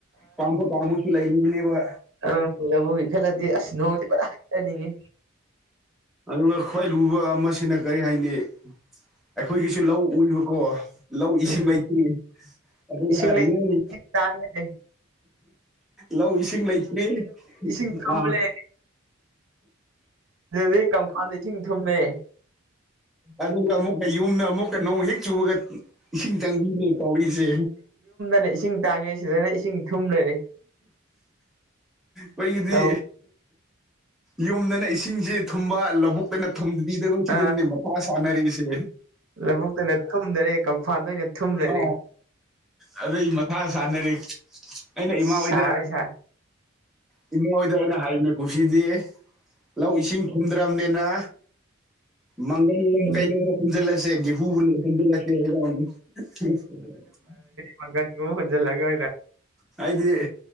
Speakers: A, in the centre; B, on the right.
A: ꯄꯥꯝꯕ ꯀꯥꯡꯕꯨꯁꯨ ꯂꯩꯔꯤꯕꯅꯦꯕ
B: ꯑꯪ ꯂꯕꯨꯒꯤ ꯈꯜꯂꯗꯤ ꯑꯁ ꯅꯣꯡꯒꯤ ꯄꯨꯔꯥ ꯍꯥꯏꯖꯅꯤꯡꯉꯤ
A: ꯑꯗꯨꯒ ꯈ꯭ꯋꯥꯏ ꯂꯨꯕ ꯑꯃꯁꯤꯅ ꯀꯔꯤ ꯍꯥꯏꯅꯤ ꯑꯩꯈꯣꯏꯒꯤꯁꯨ ꯂꯧ ꯎꯏꯕꯀꯣ ꯂꯧ ꯏꯁꯤꯡ
B: ꯎꯝ
A: ꯂꯩꯇ꯭ꯔꯤ ꯑꯗꯨꯒ
B: ꯏꯁꯤꯡ ꯂꯩꯇꯕꯒꯤ
A: ꯅꯣꯡ
B: ꯏꯁꯤꯡ ꯇꯥꯡꯉꯦ
A: ꯂꯧ ꯏꯁꯤꯡ ꯂꯩꯇ꯭ꯔꯤ
B: ꯏꯁꯤꯡ ꯊꯨꯝ
A: ꯑꯥ
B: ꯂꯩ ꯗꯤ ꯀꯝ ꯈꯥꯟꯗ ꯁꯤꯡ ꯊꯨꯝꯃꯦ
A: ꯑꯗꯨꯒ ꯑꯃꯨꯛꯀ ꯌꯨꯝꯗ ꯑꯃꯨꯛꯀ ꯅꯣꯡ ꯍꯦꯛ ꯆꯨꯕꯒ ꯏꯁꯤꯡ ꯆꯪꯕꯤꯗꯦ ꯇꯧꯔꯤꯁꯦ
B: ꯅꯦ ꯏꯁꯤꯡ ꯇꯥꯡꯉꯤꯁꯤꯗꯅ ꯏꯁꯤꯡ ꯊꯨꯝ ꯂꯩꯔꯦ
A: ꯑꯩꯈꯣꯏꯒꯤꯗꯤ
B: ꯇꯧ
A: ꯌꯨꯝꯗꯅ ꯏꯁꯤꯡꯁꯤ ꯊꯨꯝꯕ ꯂꯧꯕꯨꯛ ꯀꯅ ꯊꯝꯕꯤꯗ ꯁꯤꯗꯅꯦ
B: ꯑ
A: ꯃꯊꯥ ꯁꯥꯟꯅꯔꯤꯁꯦ
B: ꯂꯧꯕꯨꯛꯇꯅ ꯊꯨꯝꯗꯔꯦ ꯀꯪꯐꯥꯟꯗ ꯑꯣꯏꯅ ꯊꯨꯝꯂꯦ
A: ꯑ ꯑꯗꯨꯗꯩ ꯃꯊꯥ ꯁꯥꯟꯅꯔꯦ ꯏꯃꯥ
B: ꯁꯥꯔꯦ
A: ꯍꯣꯏꯗ
B: ꯁꯥꯔꯦ
A: ꯏꯃꯥ ꯍꯣꯏꯗ ꯑꯩꯅ ꯍꯥꯏꯕꯅꯦ ꯀꯁꯤꯗꯤ ꯂꯧ ꯏꯁꯤꯡ ꯊꯨꯝꯗ꯭ꯔꯕꯅꯤꯅ ꯃꯪꯒꯜ
B: ꯎꯝ
A: ꯀꯩꯣꯕ ꯍꯨꯟꯖꯤꯜꯂꯁꯦ ꯒꯍꯨ ꯍꯨꯟꯖꯤꯜꯂꯁꯦ <unintelligible>
B: ꯄꯪꯥꯟꯕꯨ ꯍꯣꯖꯦꯜ ꯂꯒꯦ
A: ꯍꯥꯏꯗꯤ